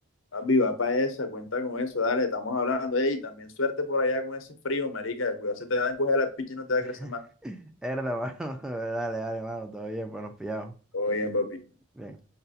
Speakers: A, on the left (about 85°); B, in the centre.
A: Papi, va para esa, cuenta con eso, dale, estamos hablando, ey, también suerte por allá con ese frío, marica, cuidado se te dan coger la picha y no te va
B: <laughs>
A: a crecer más.
B: Herda, mano. <laughs> Dale, dale, mano, todo bien, bueno, pillado.
A: Todo bien, papi.
B: Bien.